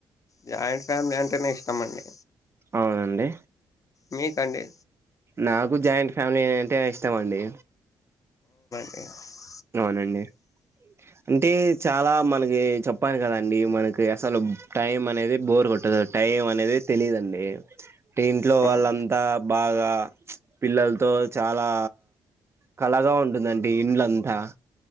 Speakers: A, on the left; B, on the right.
A: జాయింట్ ఫ్యామిలీ అంటేనే ఇష్టం అండి
B: అవునండి
A: మీ కండి
B: నాకు జాయింట్ ఫ్యామిలీ అంటేనే ఇష్టం అండి
A: ఎ <unintelligible>
B: అవునండి అంటే చాలా మనకి చెప్పాలి కదండి మనకి అసలు టైం అనేది బోర్ కొట్టదు టైం అనేది తెలీదండి టె ఇంట్లో
A: అవును
B: వాళ్ళంతా బాగా చ పిల్లలతో చాలా కలగా ఉంటుందంటడి ఇండ్లం తా